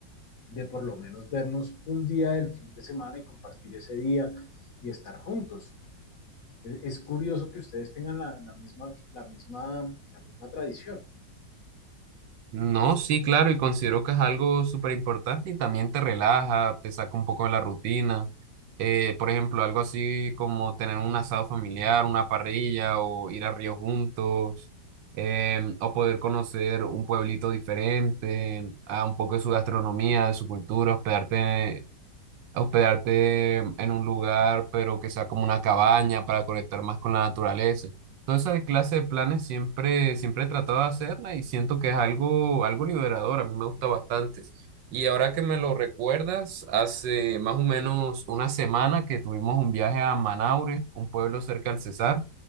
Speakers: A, on the left (about 50°); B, on the right (about 80°).
A: de por lo menos vernos un día del fin de semana y compartir ese día y estar juntos. E, Es, curioso que ustedes tengan la, la, misma, la, misma, la misma tradición.
B: No, sí, claro, y considero que es algo súper importante y también te relaja, te saca un poco de la rutina. Eh, por ejemplo, algo así como tener un asado familiar, una parrilla o ir a río juntos, em, o poder conocer un pueblito diferente, a un poco de su gastronomía, de su cultura, hospedarte a hospedarte en un lugar, pero que sea como una cabaña para conectar más con la naturaleza. Toda esa clase de planes siempre, siempre he tratado de hacerla y siento que es algo, algo liberador, a mí me gusta bastante. Y ahora que me lo recuerdas, hace más o menos una semana que tuvimos un viaje a Manaure, un pueblo cerca del Cesar,